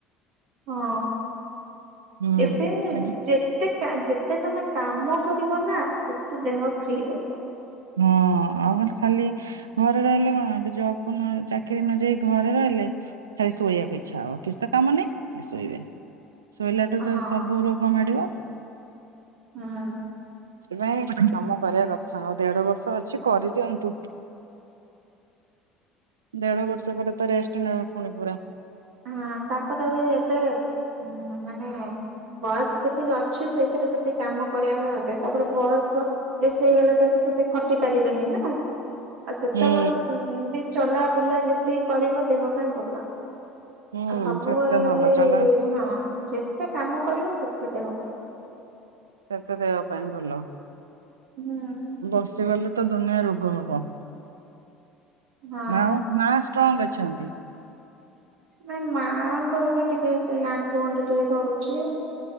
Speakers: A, on the right; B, on the right.
A: ହଁ
B: ହୁଁ
A: ଏବେ ଯେ ତେ କା ଯେତେ ତମେ କାମ କରିବ ନା ସେତେ ଦେହ ଫ୍ରି ରହିବ।
B: ହଁ ଆଉ ନହେଲେ ଖାଲି ଘରେ ରହିଲେ କଣ ଏବେ ଜବ୍ କୁ ନ ଚାକିରି ନ ଯାଇ ଘରେ ରହିଲେ। ଖାଲି ଶୋଇବାକୁ ଇଚ୍ଛା ହବ କିଛି ତ କାମ ନାଇଁ ଖାଲି ଶୋଇବେ। ଶୋଇଲାଠୁ ଯୋଉ
A: ହଁ
B: ସବୁ ରୋଗ ମାଡ଼ିବ।
A: ହଁ।
B: କି ନାଇଁ କରିବା କଥା ଆଉ ଦେଢ଼ବର୍ଷ ଅଛି କରିଦିଅନ୍ତୁ। ଦେଢ଼ ବର୍ଷ ପରେ ତ ରେଷ୍ଟ ନେବା ପୁଣି ପୁରା।
A: ହଁ ତାପରେ ବି ଏବେ <unintelligible> ମାନେ ବୟସ ଯେତିକି ଅଛି ସେଇଥିରେ ଯେତିକି କାମ କରିବା <unintelligible> ତାପରେ ବୟସ ବେଶୀ ହେଇଗଲେ <unintelligible> ସେତେ ଖଟି ପାରିବେନି ନା। ଆଉ ସେତେବେଳେ
B: ହୁଁ।
A: ଉଁ ବି ଚଲା ବୁଲା ଯେତିକି କରିବ ଦେହ ପାଇଁ ଭଲ।
B: ହୁଁ
A: ଆଉ ସବୁବେଳେ
B: ସେତେ ଭଲ
A: <unintelligible>
B: ଚଲା
A: ହଁ ଯେତେ କାମ କରିବ ସେତେ ଦେହ ପା ଭଲ୍
B: ସେତେ ଦେହ ପାଇଁ ଭଲ।
A: ହୁଁ।
B: ବସିଗଲେ ତ ଦୁନିଆ ରୋଗ ହବ ନା
A: ହଁ
B: ଆଉ ମା ସ୍ ଷ୍ଟ୍ରଙ୍ଗ ଅଛନ୍ତି?
A: ନାଇଁ ମାଆଙ୍କର ବି ଟିକେ ସେଇ ଆଣ୍ଠୁ ଗଣ୍ଠି ଟିକେ ଧରୁଛି।